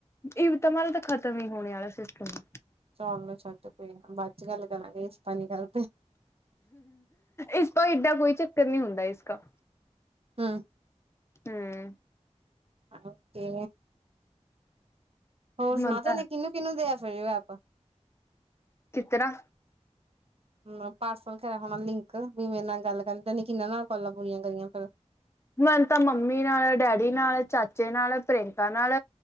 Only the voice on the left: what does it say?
ਇਹ ਤਾਂ ਮਾ ਤਾਂ ਖਤਮ ਹੀ ਹੋਣੇ ਵਾਲਾ ਸਿਸਟਮ
ਇਸ ਤੋਂ ਏਡਾ ਕੋਈ ਚੱਕਰ ਨਹੀਂ ਹੁੰਦਾ ਇਸਕਾ
ਹਮ
ਮਨ
ਤਾਂ
ਤੇ ਨਾ
ਮੈਨ ਤਾਂ ਮੰਮੀ ਨਾਲ ਡੈਡੀ ਨਾਲ ਚਾਚੇ ਨਾਲ ਪ੍ਰਿਅੰਕਾ ਨਾਲ